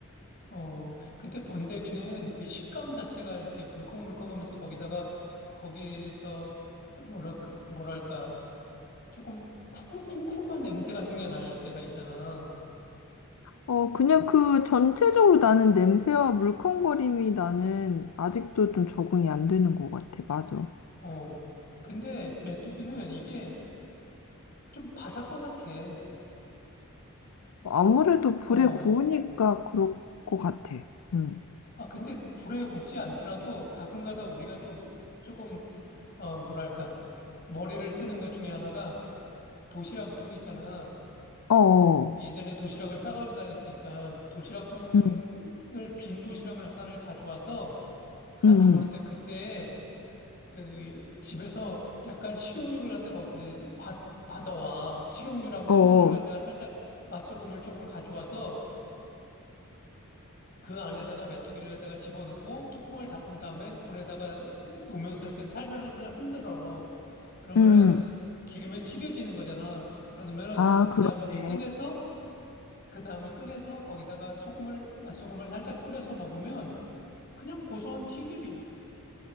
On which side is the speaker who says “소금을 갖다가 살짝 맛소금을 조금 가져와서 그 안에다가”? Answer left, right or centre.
Left